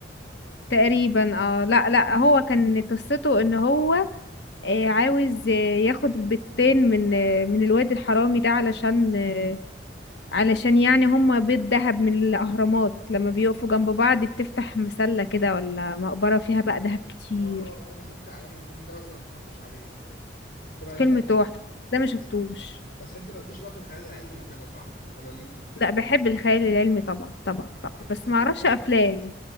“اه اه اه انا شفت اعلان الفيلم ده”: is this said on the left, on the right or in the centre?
Left